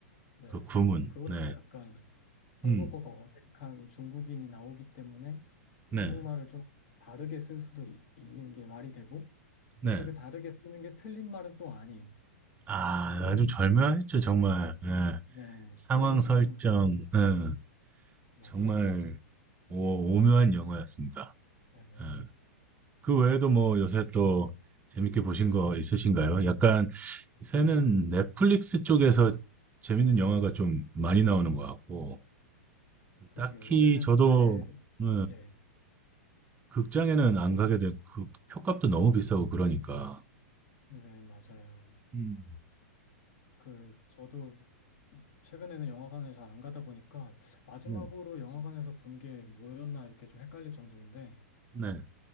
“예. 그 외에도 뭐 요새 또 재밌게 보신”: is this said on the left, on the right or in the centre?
Right